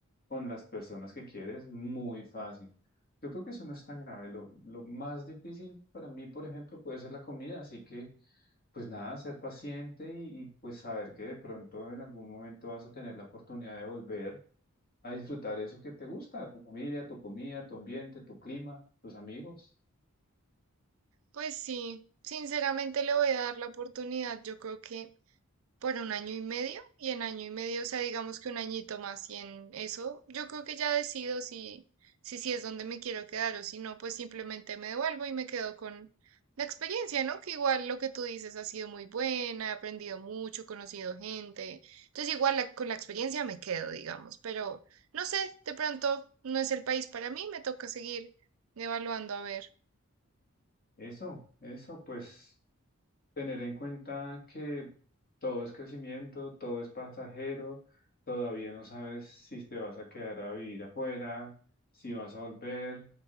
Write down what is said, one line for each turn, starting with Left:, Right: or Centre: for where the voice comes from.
Left: con las personas que quieres, muy fácil. Yo creo que eso no es tan grave. Lo, lo más difícil para mí, por ejemplo, puede ser la comida. Así que, pues nada, ser paciente y, y, pues saber que de pronto en algún momento vas a tener la oportunidad de volver a disfrutar eso que te gusta, tu familia, tu comida, tu ambiente, tu clima, tus amigos.
Right: Pues sí, sinceramente le voy a dar la oportunidad, yo creo que por un año y medio, y en año y medio, o sea, digamos que un añito más, y en eso yo creo que ya decido si, si, si es donde me quiero quedar o si no, pues simplemente me devuelvo y me quedo con la experiencia, ¿no? Que igual lo que tú dices ha sido muy buena, he aprendido mucho, he conocido gente, entonces igual la- con la experiencia me quedo, digamos, pero no sé, de pronto no es el país para mí, me toca seguir evaluando a ver.
Left: Eso, eso, pues tener en cuenta que todo es crecimiento, todo es pasajero, todavía no sabes si te vas a quedar a vivir afuera, si vas a volver,